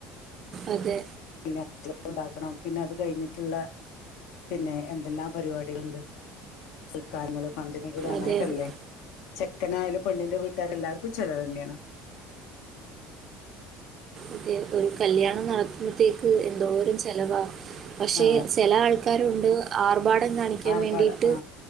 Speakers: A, on the right (about 40°); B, on the left (about 75°).
A: അതെ
B: <unintelligible> ണ്ടാക്കണം പിന്നെ അത് കഴിഞ്ഞിട്ടുള്ള പിന്നെ എന്തെല്ലാം പരിപാടികളുണ്ട് സുൽക്കാരങ്ങളും ഫംഗഷനുകളും അങ്ങനെയൊക്കെല്ലേ
A: അതെ അതെ
B: ചെക്കനായാലും പെണ്ണിന്റെ വീട്ടുകർ എല്ലാവർക്കു ഫുൾചെലവന്ന്യാണ്
A: അതെ ഒരു കല്യാണം നടത്തുമ്പത്തേക്ക് എന്തോരം ചെലവാ പക്ഷെ
B: ആ
A: ചില ആൾക്കാരുണ്ട് ആർഭാടം കാണിക്കാൻ
B: ആർഭാട
A: വേണ്ടിയിട്ട്
B: ആ